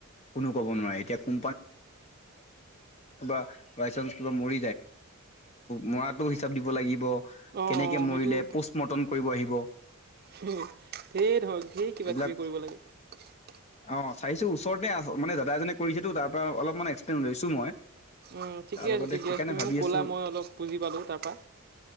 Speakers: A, on the left (about 30°); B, on the right (about 45°).
A: কোনো য কিবা ব কা ম য মৰাতটো হিচাপ দিব লাগিব
B: অ
A: কেনেকে
B: অ
A: মৰিলে
B: সেইটো
A: পষ্ট মৰ্টম কৰিব আহিব
B: ধেৰ ধৰক ধেৰ কিবা
A: এইবিলাক
B: কিবি কৰিব লাগে।
A: অ চাইছো ওচৰতে আছ মানে দাদাজনে কৰিছেতো তা পৰা অলপমান এক্সপ্লেইন লৈছো মই
B: উম ঠিকে
A: তাৰ লগতে
B: আছে ঠিক
A: সেইকাৰণে
B: আছে তুমি
A: ভাবি
B: মোক কলা
A: আছো
B: মই অলপ বুজি পালো তাৰ পৰা।